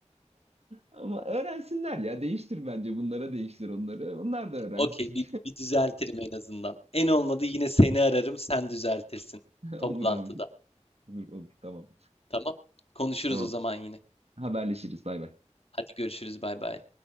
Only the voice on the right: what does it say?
Ama öğrensinler ya. Değiştir bence bunlara değiştir onları. Onlar da öğrensin.
<laughs>
Olur abi. Olur olur tamam.
Tamam.
Haberleşiriz. Bay bay.